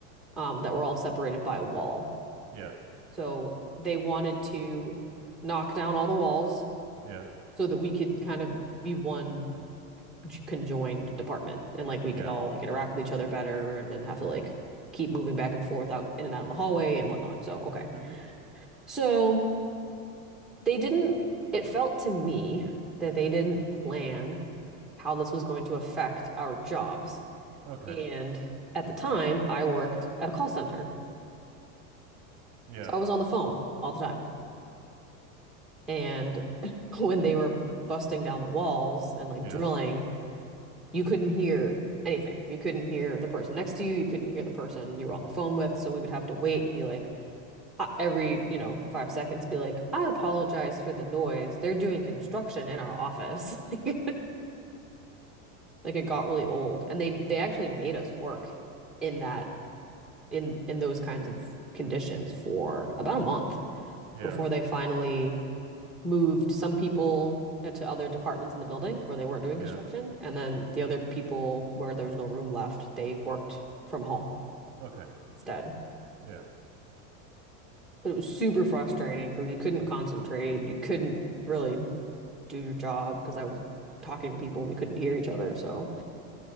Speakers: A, in the centre; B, on the right.
A: um, that were all separated by a wall.
B: Yeah,
A: So they wanted to knock down all the walls
B: yeah,
A: so that we could kind of be one j- conjoined department and like we
B: yeah.
A: could all like interact with each other better and didn't have to like keep moving back and forth out in and out of the hallway and whatnot. So, okay.
B: hmm
A: So they didn't, it felt to me that they didn't plan how this was going to affect our jobs.
B: Okay.
A: And at the time, I worked at a call center.
B: Yeah,
A: So I was on the phone all the time. And <laughs> when they were busting down the walls and like
B: yeah,
A: drilling, you couldn't hear anything. You couldn't hear the person next to you. You couldn't hear the person you were on the phone with. So we would have to wait and be like, uh, every, you know, five seconds, be like, I apologize for the noise. They're doing construction in our office. <laughs> Like it got really old. And they they actually made us work in that in in those kinds of conditions for about a month
B: yeah,
A: before they finally moved some people uh, to other departments in the building where they weren't doing construction,
B: yeah.
A: and then the other people where there was no room left, they worked from home
B: Okay.
A: instead.
B: Yeah.
A: But it was super frustrating because you couldn't concentrate, you couldn't really do your job because I was talking to people, we couldn't hear each other. So